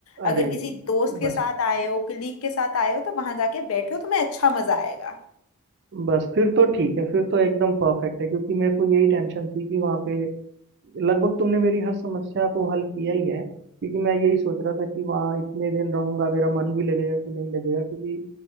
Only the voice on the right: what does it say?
अरे
बस
बस फिर तो ठीक है फिर तो एकदम परफेक्ट है क्योंकि मेरे को यही टेंशन थी कि वहाँ पे लगभग तुमने मेरी हर समस्या को हल किया ही है क्योंकि मैं यही सोच रहा था कि वहाँ इतने दिन रहूंगा मेरा मन भी लगेगा कि नहीं लगेगा क्योंकि